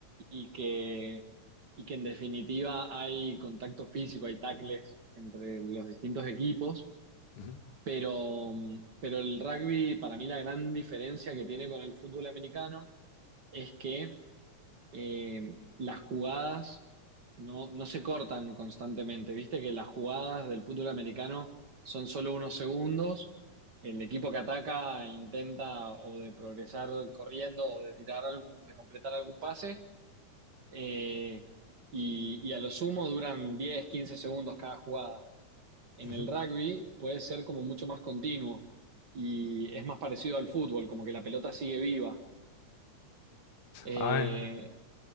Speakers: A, on the right; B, on the left.
A: y que, y que en definitiva hay contacto físico, hay tackles entre los distintos equipos,
B: ujú,
A: pero, pero el rugby, para mí la gran diferencia que tiene con el fútbol americano es que eh, las jugadas no, no se cortan constantemente, viste que las jugadas del fútbol americano son solo unos segundos. El equipo que ataca intenta o de progresar corriendo o de tirar algún, de completar algún pase, eh, y, y a lo sumo duran 10 15 segundos cada jugada. En
B: ujú.
A: el rugby puede ser como mucho más continuo y es más parecido al fútbol, como que la pelota sigue viva. Eh,
B: Ah, en-